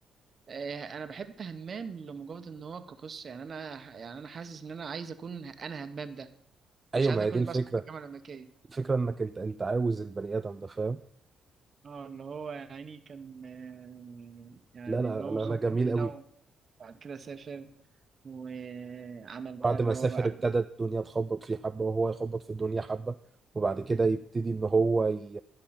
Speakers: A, on the right; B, on the right.
A: آه، انا بحب همام لمجرد ان هو كقصه يعني انا يعني انا حاسس ان انا عايز اكون انا همام ده مش
B: ايوه
A: عايز
B: ما
A: اكون
B: هي دي الفكره
A: بس في الجامعه الامريكيه
B: الفكره انك انت انت عاوز البني ادم ده فاهم
A: اه اللي هو يعني كان آه، يعني
B: لا لا
A: اللي هو
B: لا
A: خب
B: لا جميل
A: هنا
B: قوي
A: وبعد كده سافر وعمل بقى
B: بعد
A: اللي
B: ما
A: هو
B: سافر
A: بقى
B: ابتدى الدنيا تخبط فيه حبه وهو يخبط في الدنيا حبه وبعد كده يبتدي ان هو ي-